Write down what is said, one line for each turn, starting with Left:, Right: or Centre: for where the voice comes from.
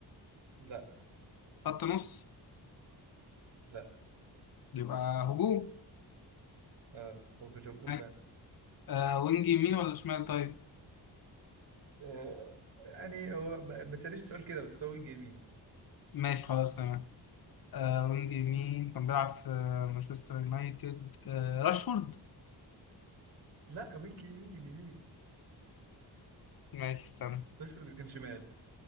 Right: لا
Left: خط نص
Right: لا
Left: يبقى هجوم
Right: آه هو في الهجوم
Left: ماشي
Right: فعلا
Left: آه وينج يمين ولا شمال طيب
Right: آه يعني هو ما ما تسألنيش سؤال كده بس هو وينج يمين
Left: ماشي خلاص تمام آه وينج يمين كان بيلعب في آه، مانشستر يونايتد آه راشفورد
Right: لا وينج يمين يمين
Left: ماشي استنى
Right: راشفورد كان شمال